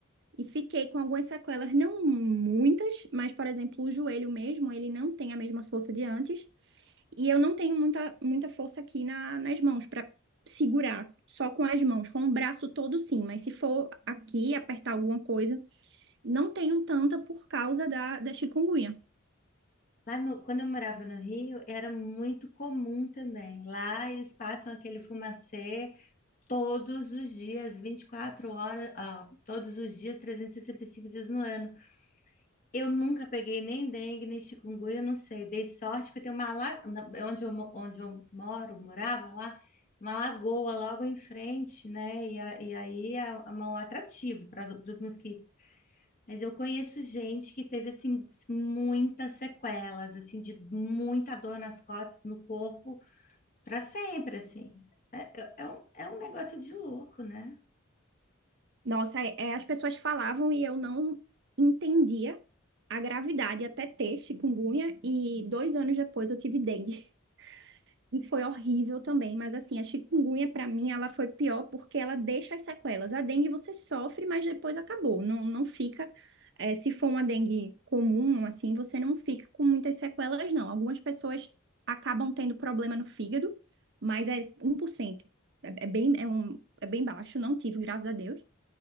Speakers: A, on the right (about 55°); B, on the left (about 40°).
A: E fiquei com algumas sequelas, não muitas, mas, por exemplo, o joelho mesmo, ele não tem a mesma força de antes. E eu não tenho muita, muita força aqui na, nas mãos para segurar, só com as mãos, com o braço todo sim, mas se for aqui apertar alguma coisa, não tenho tanta por causa da, da chikungunya.
B: Lá no- quando eu morava no Rio, era muito comum também. Lá eles passam aquele fumacê todos os dias, 24 horas, ah, todos os dias, trezentos e e sessenta e cinco dias no ano. Eu nunca peguei nem dengue, nem chikungunya, não sei. Dei sorte porque tem uma la... na- onde eu, mo- onde eu moro, morava lá, uma lagoa logo em frente, né? E, a- e aí é um é um atrativo para os mosquitos. Mas eu conheço gente que teve assim muitas sequelas, assim de muita dor nas costas, no corpo, para sempre, assim. É, é é um, é um negócio de louco, né?
A: Nossa, é- é, as pessoas falavam e eu não entendia a gravidade até ter chikungunya e dois anos depois eu tive dengue. E foi horrível também, mas assim, a chikungunya pra mim ela foi pior porque ela deixa as sequelas. A dengue você sofre, mas depois acabou. Não, não fica, eh, se for uma dengue comum, assim, você não fica com muitas sequelas, não. Algumas pessoas acabam tendo problema no fígado, mas é um 1%. É, é bem, é um, é bem baixo, não tive, graças a Deus